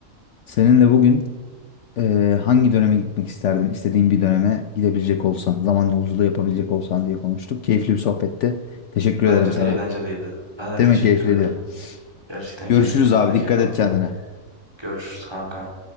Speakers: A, on the left; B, on the right.
A: Seninle bugün Ee, hangi döneme gitmek isterdin? İstediğin bir döneme gidebilecek olsan, zaman yolculuğu yapabilecek olsan diye konuştuk. Keyifli bir sohbetti. Teşekkür
B: Bence
A: ederim sana.
B: de eğlenceliydi. Ben de
A: Değil
B: teşekkür
A: mi keyifliydi?
B: ederim. Gerçekten
A: Görüşürüz
B: keyifliydi.
A: abi.
B: Ben de keyif
A: Dikkat
B: aldım.
A: et kendine.
B: Görüşürüz kanka.